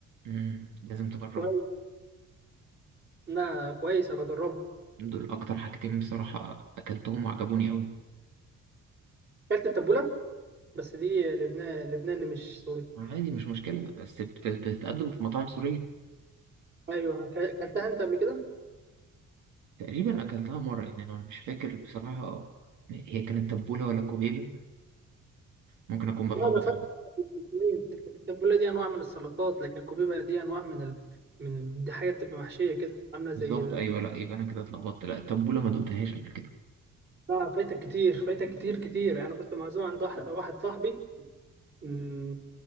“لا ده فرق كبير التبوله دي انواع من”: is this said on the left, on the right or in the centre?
Right